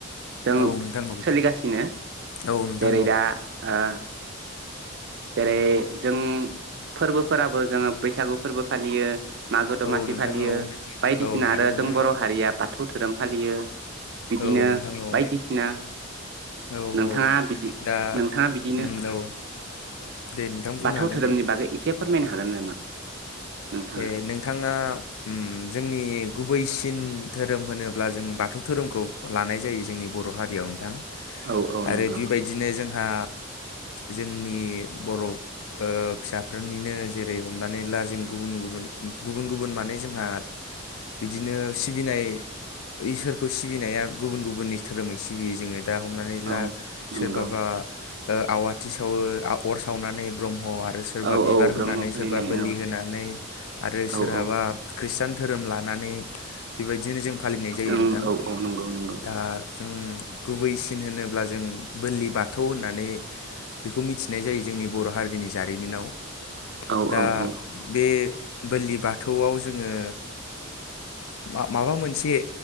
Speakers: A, on the right (about 55°); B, on the left (about 80°).
A: जों
B: औ नोंथां औ
A: सोलिगासिनो
B: औ नोंथां
A: जेरै
B: औ
A: दा ओ जेरै जों फोरबोफोराबो जोङो बैसागु फोरबो फालियो, मागो दमासि
B: औ नोंथां
A: फालियो,
B: औ
A: बायदिसिना
B: औ नोंथां
A: आरो
B: औ
A: जों बर' हारि बाद थौ धोरोम फालियो बिदिनो
B: औ नोंथां औ
A: बायदिसिना
B: औ
A: नोंथाङा
B: औ
A: बिदि
B: दा
A: नोंथाङा बिदिनो
B: उम औ दे नोंथां बुंनो
A: बाथौ
B: हागोन
A: धोरोमनि
B: दे
A: बागै एसे फोर मायनो हागोन नामा? नोंथाङा?
B: ए नोंथाङा उम जोंनि गुबैसिन धोरोम होनोब्ला जों बाथौ धोरोमखौ लानाय जायो जोंनि बर' हारियाव नोंथां।
A: औ औ
B: आरो
A: नंगौ।
B: बिबायदिनो जों आ जोंनि बर' ओ फिसाफोरनिनो जेरै हमनानै ला जों गुबुन गुबुन गुबुन गुबुन माने जोंहा बिदिनो सिबिनाय इसोरखौ सिबिनाया गुबुन गुबुननि धोरोमै सिबियो जोङो। दा हमनानै ला
A: औ नंगौ
B: सोरबाबा ओ आवाथि सावो आ अर सावनानै ब्रम ह आरो सोरबा
A: औ
B: बिबार
A: औ ब्रह्म
B: होनानै
A: फालिनाय
B: सोरबा बोलि
A: औ
B: होना नै आरो
A: औ
B: सोरहाबा
A: औ
B: खृस्टान धोरोम लानानै बेबाय दिनो जों फालिनाय जायो
A: ओं
B: नोंथां।
A: औ औ नंगौ नंगौ
B: दा जों गुबैसि होनोब्ला जों बोलि बाथ थौ होननानै बेखौ मिथिनाय जायो जोंनि बर' हारिनि जारिमिनाव।
A: औ
B: दा
A: औ औ
B: बे बोलि बाथौआव जोङो मा माबा मोनसे